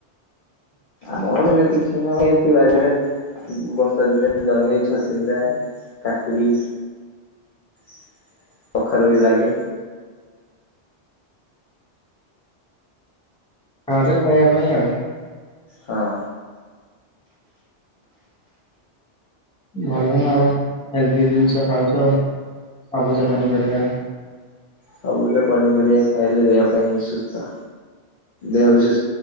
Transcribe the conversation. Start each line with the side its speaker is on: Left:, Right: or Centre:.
Left: ଆମର ସେମି କିଛି ନହେଲେ ସେମିତି ବାରିରେ ଉଁ ବର୍ଷା ଦିନେ ଜହ୍ନି ଛଚିନ୍ଦ୍ରା। କାକୁଡ଼ି କଖାରୁ ବି ଲାଗେ।
Centre: ଘରେ ଖାଇବା ପାଇଁ ଆଉ।
Left: ହଁ।
Centre: ଭଲ ନା ଆଉ ହେଲ୍ଦି ଜିନିଷ ଖାଉଛ। ସବୁଜ ପନିପରିବା।
Left: ସବୁଜ ପନିପରିବା ଖାଇଲେ ଦେହ ପାଇଁ ସୁସ୍ଥ ଦେହ ବି ସୁ